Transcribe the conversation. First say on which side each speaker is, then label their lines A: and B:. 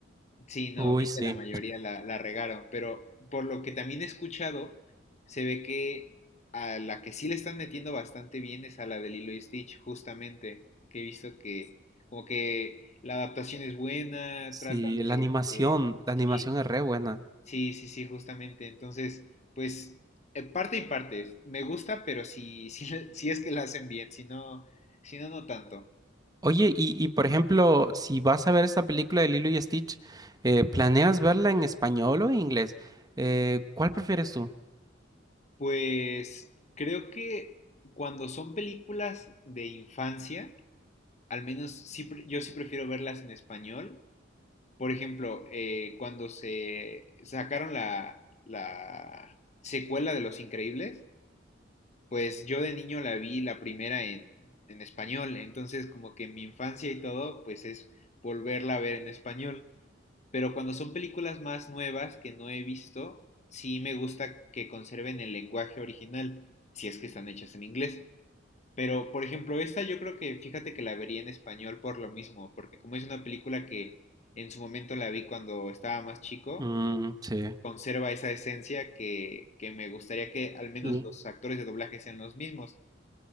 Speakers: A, on the left; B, on the right.
A: Sí, no,
B: Uy,
A: vi
B: sí.
A: que la mayoría la, la regaron, pero por lo que también he escuchado, se ve que a la que sí le están metiendo bastante bien es a la de Lilo y Stitch, justamente, que he visto que como que la adaptación es buena,
B: Sí,
A: tratan de,
B: la animación,
A: de- Sí,
B: la animación es re buena.
A: sí, sí, sí, justamente. Entonces, pues, eh, parte y parte. Me gusta, pero si, si, <laughs> si es que la hacen bien, si no, si no, no tanto.
B: Oye, y, y por ejemplo, si vas a ver esta película de Lilo y Stitch, eh, ¿planeas verla en español o en inglés? Eh, ¿cuál prefieres tú?
A: Pues creo que cuando son películas de infancia, al menos sí pre- yo sí prefiero verlas en español. Por ejemplo, eh, cuando se sacaron la, la secuela de Los Increíbles, pues yo de niño la vi la primera en, en español. Entonces como que mi infancia y todo, pues es volverla a ver en español. Pero cuando son películas más nuevas que no he visto, sí me gusta que conserven el lenguaje original, si es que están hechas en inglés. Pero, por ejemplo, esta yo creo que, fíjate que la vería en español por lo mismo, porque como es una película que en su momento la vi cuando estaba más chico,
B: Mm, sí.
A: conserva esa esencia que, que me gustaría que al menos
B: L-
A: los actores de doblaje sean los mismos.